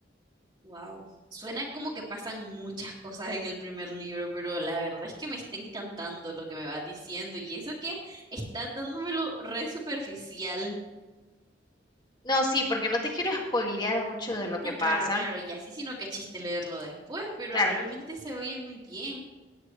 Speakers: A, on the right; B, on the left.
A: wow. Suena como que pasan muchas cosas en el primer libro, pero la verdad es que me está encantando lo que me vas diciendo y eso que estás dándomelo re superficial.
B: No, sí, porque no te quiero spoilear mucho de lo que
A: No,
B: pasa.
A: claro, claro, y así sino que chiste leerlo después, pero
B: Claro,
A: realmente se oye muy bien.